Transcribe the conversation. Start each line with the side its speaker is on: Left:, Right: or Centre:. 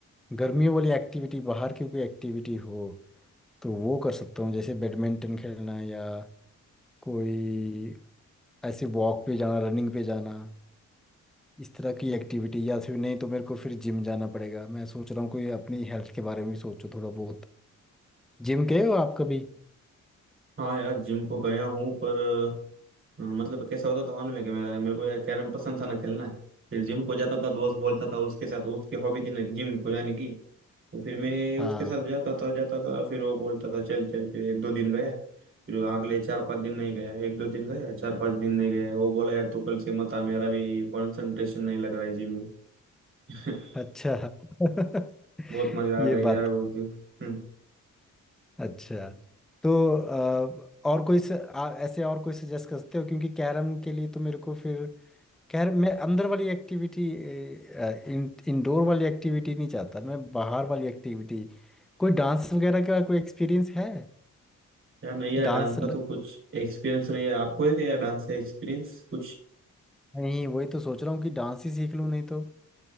Centre: गर्मियों वाली एक्टिविटी बाहर की कोई एक्टिविटी हो तो वो कर सकता हूँ जैसे बैडमिंटन खेलना या कोई ऐसे वॉक पे जाना रनिंग पे जाना इस तरह की एक्टिविटी या फिर नहीं तो मेरे को फिर जिम जाना पड़ेगा मैं सोच रहा हूँ कोई अपनी हेल्थ के बारे में भी सोचो थोड़ा बहुत जिम गए हो आप कभी
Right: हाँ यार जिम को गया हूँ पर अ, मतलब कैसा होता था मालूम है कि मेरा मेरे को यार कैरम पसंद था ना खेलना फिर जिम को जाता था दोस्त बोलता था उसके साथ उसकी हॉबी थी ना जिम को जाने की तो फिर मैं
Centre: हाँ
Right: उसके साथ जाता था जाता था फिर वो बोलता था चल चल फिर एक दो दिन गया फिर वो अगले चार पाँच दिन नहीं गया एक दो दिन गया चार पाँच दिन नहीं गया वो बोला यार तू कल से मत आ मेरा भी कंसंट्रेशन नहीं लग रहा है जिम में <laughs>
Centre: अच्छा <laughs>
Right: बहुत मजा
Centre: ये
Right: आ गया यार
Centre: बात
Right: उस दिन हम्म।
Centre: अच्छा तो अ, और कोई स, आ, ऐसे और कोई सजेस्ट करते हो क्योंकि कैरम के लिए तो मेरे को फिर कैरम मैं अंदर वाली एक्टिविटी इन, इंडोर वाली एक्टिविटी नहीं चाहता मैं बाहर वाली एक्टिविटी कोई डांस वगैरह का कोई एक्सपीरियंस है
Right: यार नहीं यार डांस
Centre: डांस
Right: का
Centre: ल...
Right: तो कुछ एक्सपीरियंस नहीं है आपको है क्या यार डांस का एक्सपीरियंस कुछ
Centre: नहीं वही तो सोच रहा हूँ कि डांस ही सीख लूँ नहीं तो